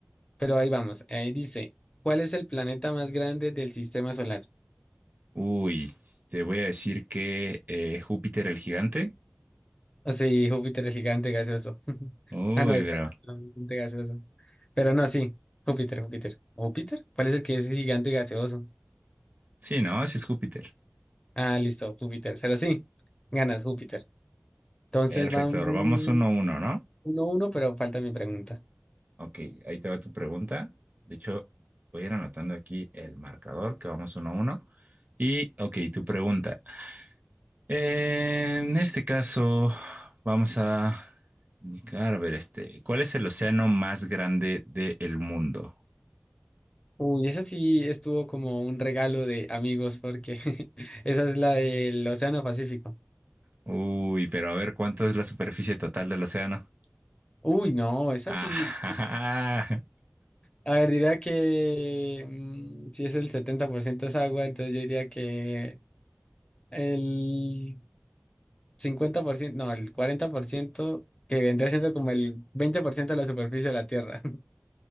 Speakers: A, on the left; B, on the right.
A: Pero ahí vamos, ahí dice, ¿cuál es el planeta más grande del sistema solar?
B: Uy, te voy a decir que eh, Júpiter el gigante.
A: O sí, Júpiter es gigante gaseoso. <laughs>
B: Uy,
A: Ah, no, es
B: pero.
A: Saturno, gigante gaseoso. Pero no, sí, Júpiter, Júpiter. ¿Júpiter? ¿Cuál es el que es gigante gaseoso?
B: Sí, no, sí es Júpiter.
A: Ah, listo, Júpiter. Pero sí, ganas, Júpiter. Entonces
B: Perfecto,
A: vamos
B: ahora vamos uno a uno, ¿no?
A: uno a uno, pero falta mi pregunta.
B: Ok, ahí te va tu pregunta. De hecho, voy a ir anotando aquí el marcador que vamos uno a uno. Y, ok, tu pregunta. En este caso, vamos a. indicar, A ver, este. ¿Cuál es el océano más grande del mundo?
A: Uy, esa sí estuvo como un regalo de amigos, porque <laughs> esa es la del Océano Pacífico.
B: Uy, pero a ver, ¿cuánto es la superficie total del océano?
A: Uy, no, esa
B: <laughs>
A: sí.
B: Ajá.
A: A ver, diría que mm, si es el 70% es agua, entonces yo diría que el 50% no, el 40% que vendría siendo como el 20% de la superficie de la Tierra. <laughs>